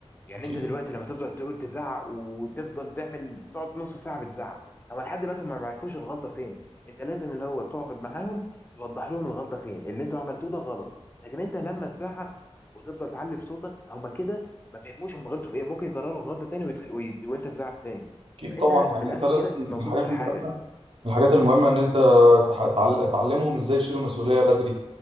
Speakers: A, on the left; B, on the right.
A: يعني
B: أكيد
A: انت دلوقتي لما تفضل تقول تزعق وتفضل تعمل تقعد نص ساعه بتزعق اما لحد دلوقتي هم ما يعرفوش الغلطه فين انت لازم اللي هو تقعد معاهم توضح لهم الغلطه فين اللي انتوا عملتوه ده غلط لكن انت لما تزعق وتفضل تعلي في صوتك هم كده ما فهموش هم غلطوا في ايه ممكن يكرروا الغلطه تاني ويتخ... ويت... وانت تزعق تاني
B: أكيد
A: فانت
B: طبعا
A: من
B: يعني
A: الاخر
B: أنت لازم
A: كده
B: من
A: ما وصلتش
B: الحاجات
A: لحاجه
B: المهمة من الحاجات المهمة إن أنت تح- تعل- تعلمهم إزاي يشيلوا مسؤولية بدري